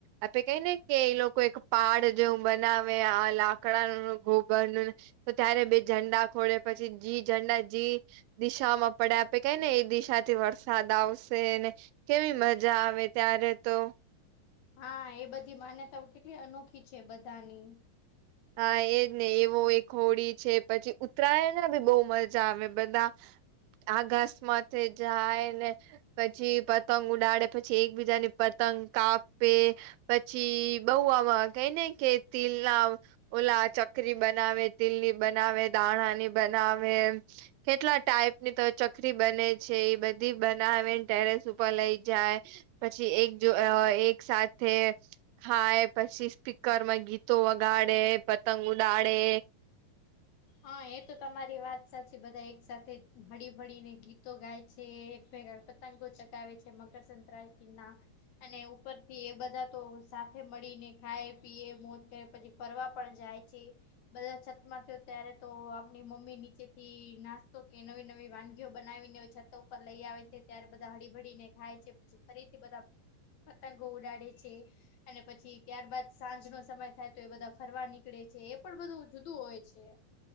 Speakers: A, on the right (about 90°); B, on the left (about 65°).
A: આપે કઈ ને કે એ લોકો એક પાડ જેવું બનાવે આ લાકડાનું ગોબરનું તો ત્યારે બે ઝંડા ખોડે પછી જી ઝંડા જી દિશામાં પડે આપે કઈ ને એ દિશાથી વરસાદ આવશે ને કેવી મજા આવે ત્યારે તો
B: હા એ બધી માન્યતાઓ કેટલી અનોખી છે બધાની
A: હા એજ ને એવો એ હોડી છે પછી ઉત્તરાયણમાં બી બહુ મજા આવે બધા આ ઘાસમાંથી જાય ને પછી પતંગ ઉડાડે પછી એકબીજાની પતંગ કાપે. પછી બઉ આવા કઈ ને કે તિલ લાવ ઓલા ચકરી બનાવે તિલલી બનાવે દાણાની બનાવે કેટલા ટાઈપની તો ચકરી બને છે એ બધી બનાવેને ટેરેસ ઉપર લઇ જાય. પછી એક જો એક સાથે ખાય પછી સ્પીકરમાં ગીત તો વગાડે પતંગ ઉડાડે
B: હા એ તો તમારી વાત સાચી બધા એક સાથે હળી ભળીને ગીતો ગાય છે ભેગા પતંગો ચગાવે છે મકરસક્રાંતિ ના અને ઉપર થી એ બધા તો સાથે મળીને ખાય પીએ મોજ કરે પછી ફરવા પણ જાય છે, બધા છત માં ત્યારે તો આપણી મમ્મી નીચે થી નાસ્તો કે નવી નવી વાનગીઓ બનાવીને છતો ઉપર લઈ આવે છે ત્યારે બધા હળી ભળીને ખાય છે, પછી ફરીથી બધા પતંગો ઉડાડે છે. અને પછી ત્યારબાદ સાંજ નો સમય થાય તો એ બધા ફરવા નીકળે છે એ પણ બધું જુદું હોય છે.